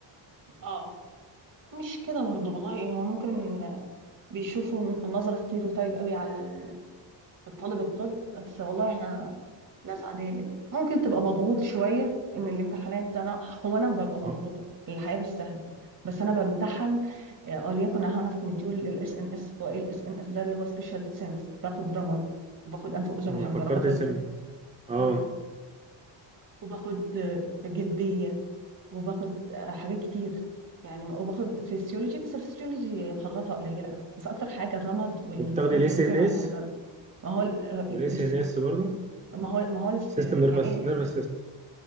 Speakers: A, on the right (about 40°); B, on the right (about 15°).
A: اه مش كده برضو والله هو ممكن بيشوفوا نظرة ستيروتايب قوي على ال- الطالب الطب بس والله احنا ناس عادية جدا ممكن تبقى مضغوط شوية ان الامتحانات انا هو انا ببقى مضغوطة
B: ما-
A: الحياة مش سهلة بس انا بمتحن آه، وليكن هنا في مديول الاس ان اس هو ايه الاس ان اس ده اللي هو سبيشال سينس باخد رمد وباخد انف واذن
B: انا
A: وحنجرة
B: فكرت
A: باخد
B: اسم اه
A: مم. وباخد آه، جلدية وباخد حاجات كتير يعني وباخد فيسيولوجي بس الفسيولوجي محاضراتها قليله قوي بس اكتر حاجه الرمد والانف
B: وبتاخدي الاي سي
A: والاذن
B: ان اس
A: والحنجره ما هو ال- ال-
B: والاي
A: بيس-
B: سي ان اس برضه
A: ما هو ما هو الس-
B: سيستم نيرفس
A: يعني ايه
B: نيرفس سيستم